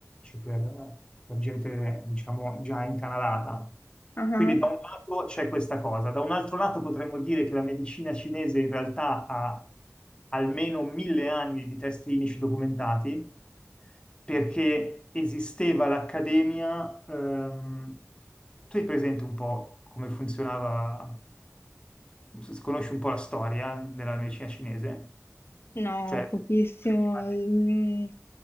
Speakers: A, on the left; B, on the left.
A: per, per gente, diciamo, già incanalata.
B: Ah
A: Quindi
B: ah.
A: da un lato c'è questa cosa, da un altro lato potremmo dire che la medicina cinese in realtà ha almeno mille anni di test clinici documentati, perché esisteva l'accademia. ehm, tu hai presente un po' come funzionava, se conosci un po' la storia della medicina cinese?
B: No,
A: Cioè,
B: pochissimo.
A: prima di-
B: Mm.